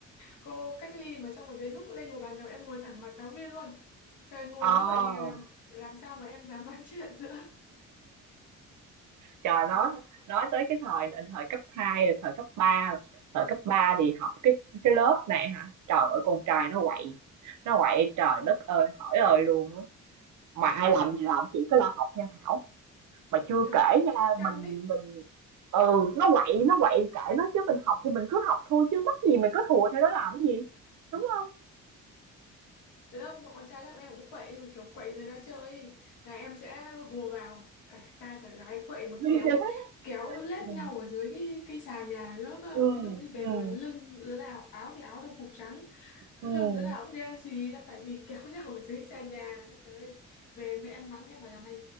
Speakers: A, on the left; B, on the right.
A: cô cách ly mà xong rồi đến lúc lên ngồi bàn đầu em ngồi thẳng mặt giáo viên luôn. Trời ngồi
B: Ờ,
A: như vậy thì làm làm sao mà em dám nói chuyện nữa.
B: trời nói
A: À,
B: nói tới cái thời thời cấp 2, rồi thời cấp 3, thời cấp 3 thì học cái cái lớp này hả? Trời ơi con trai nó quậy. Nó quậy trời
A: Ừ.
B: đất ơi, hỏi ơi luôn á. Mà ai làm gì làm chỉ có lo học nha Thảo. Mà chưa
A: Trời,
B: kể
A: chị
B: nha,
A: chăm
B: mình
A: đi
B: mình ừ, nó quậy, nó quậy kệ nó chứ mình học thì mình cứ học thôi chứ mắc gì mình cứ thùa theo nó làm cái gì. Đúng không?
A: Từ lớp bọn con trai lớp em cũng quậy nhưng mà kiểu quậy người ta chơi ấy. là em sẽ hùa vào cả trai cả gái quậy mà
B: <laughs>
A: kéo kéo lết
B: Ừ.
A: nhau ở dưới cái cái sàn nhà lớp á.
B: ừ
A: đến lúc đi
B: ừ
A: về mà lưng đứa nào áo thì áo đồng phục trắng lưng
B: ừm.
A: đứa nào cũng đen xì là tại vì kéo <laughs> nhau ở dưới sàn nhà Trời ơi. về mẹ em mắng em bảo là mày